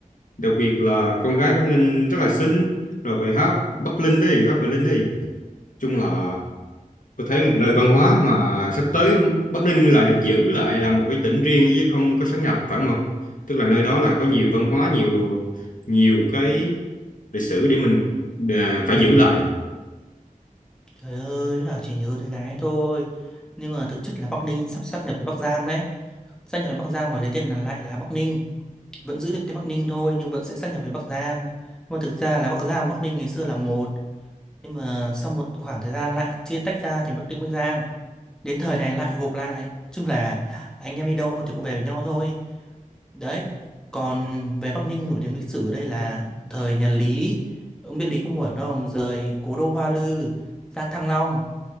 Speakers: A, on the left (about 65°); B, in the centre.
A: đặc biệt là con gái Bắc Ninh rất là xinh rồi bài hát Bắc Linh đi Bắc Bình Linh đi chung là tôi thấy một nơi văn hóa mà sắp tới Bắc Ninh lại được giữ lại là một cái tỉnh riêng chứ không có sát nhập phải không tức là nơi đó là có nhiều văn hóa nhiều nhiều cái lịch sử để mình à, phải giữ lại
B: Trời ơi, là chỉ nhớ con gái thôi. Nhưng mà thực chất là Bắc Ninh sắp sáp nhập với Bắc Giang đấy. Sáp nhập với Bắc Giang và lấy tên là lại là Bắc Ninh. vẫn giữ được tên Bắc Ninh thôi nhưng vẫn sẽ sáp nhập với Bắc Giang nhưng mà thực ra là Bắc Giang và Bắc Ninh ngày xưa là một nhưng mà sau một khoảng thời gian lại chia tách ra thành Bắc Ninh Bắc Giang đến thời này lại gộp lại nói chung là anh em đi đâu thì cũng về với nhau thôi đấy còn về Bắc Ninh nổi tiếng lịch sử ở đây là thời nhà Lý ông biết Lý Công Uẩn không rời cố đô Hoa Lư ra Thăng Long